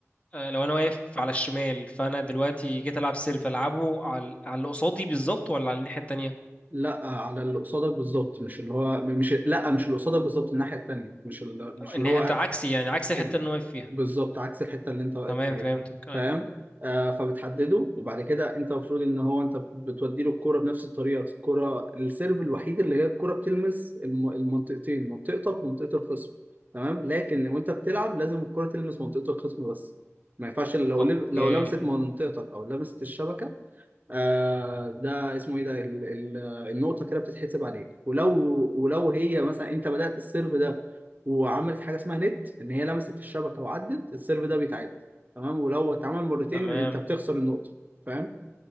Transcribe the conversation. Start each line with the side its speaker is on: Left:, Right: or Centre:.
Left: آه، لو أنا واقف على الشمال فأنا دلوقتي جيت ألعب سيرف ألعبه على على اللي قصادي بالظبط ولا على الناحية التانية؟
Right: لا على اللي قصادك بالظبط مش اللي هو مش لا مش اللي قصادك بالظبط الناحيه التانيه مش ال... مش
Left: الناحية
Right: اللي هو
Left: عكسي يعني عكس الحتة
Right: ال-
Left: اللي أنا واقف فيها
Right: بالظبط عكس الحته اللي انت واقف
Left: تمام
Right: فيها
Left: فهمتك أيوة
Right: فاهم آه فبتحدده وبعد كده انت المفروض ان هو انت بتودي له الكوره بنفس الطريقه الكوره السيرف الوحيد اللي هي الكوره بتلمس الم- المنطقتين منطقتك ومنطقه الخصم تمام لكن وانت بتلعب لازم الكوره تلمس منطقه الخصم بس ما ينفعش لو
Left: أوكي
Right: لم- لو لمست منطقتك او لمست الشبكه آه ده اسمه ايه ده ال ال النقطة كده بتتحسب عليك ولو ولو هي مثلا انت بدأت السيرف ده وعملت حاجة اسمها نت ان هي لمست الشبكة وعدت السيرف ده بيتعاد تمام ولو اتعمل مرتين
Left: تمام
Right: انت بتخسر النقطة فاهم